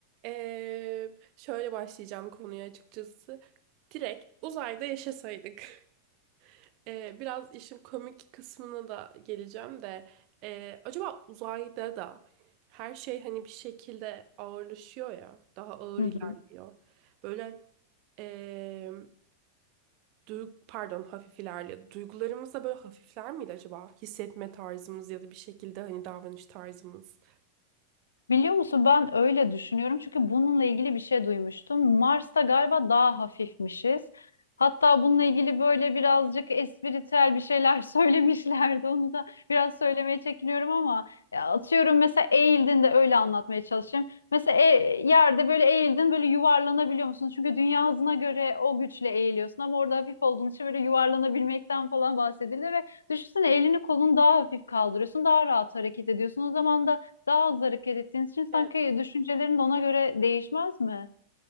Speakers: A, on the right (about 40°); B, on the left (about 70°).
A: Ee, şöyle başlayacağım konuya açıkçası. Direkt uzayda yaşasaydık. <laughs> Ee, biraz işin komik kısmına da geleceğim de. ee, acaba uzayda da her şey hani bir şekilde ağırlaşıyor ya. Daha ağır
B: Hı
A: ilerliyor.
B: hı.
A: Böyle ee, duyg pardon hafif ilerliyor. Duygularımız da böyle hafifler miydi acaba? Hissetme tarzımız ya da bir şekilde hani davranış tarzımız.
B: Biliyor musun ben öyle düşünüyorum çünkü bununla ilgili bir şey duymuştum. Mars'ta galiba daha hafifmişiz. Hatta bununla ilgili böyle birazcık espritüel bir şeyler <laughs> söylemişlerdi. Onu da biraz söylemeye çekiniyorum ama ya atıyorum mesela eğildin de öyle anlatmaya çalışayım. Mesela e- yerde böyle eğildin böyle yuvarlanabiliyor musun? Çünkü dünya hızına göre o güçle eğiliyorsun ama orada hafif olduğun için böyle yuvarlanabilmekten falan bahsedildi ve düşünsene elini kolunu daha hafif kaldırıyorsun, daha rahat hareket ediyorsun. O zaman da daha hızlı hareket ettiğiniz için sanki
A: Evet.
B: düşüncelerin de ona göre değişmez mi?